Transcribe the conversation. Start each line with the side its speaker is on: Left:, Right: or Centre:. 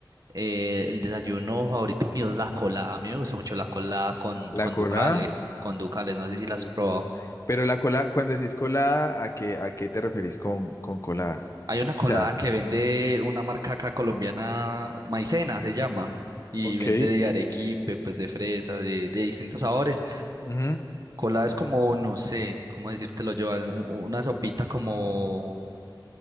Right: eh, el desayuno favorito mío es la colada, a mí me gusta mucho la colada con,
Left: La
Right: con
Left: colada.
Right: ducales, con ducales, no sé si las
Left: Uh,
Right: has probado.
Left: Pero la colada, cuando decís colada, ¿a qué, a qué te referís con, con colada?
Right: Hay una colada
Left: O sea,
Right: que vende una marca acá colombiana, Maicena se llama, y
Left: Ok,
Right: vende de arequipe, pues de fresa, de, de distintos sabores.
Left: ujú,
Right: Colada es como, no sé, cómo decírtelo yo, al- un- una sopita como,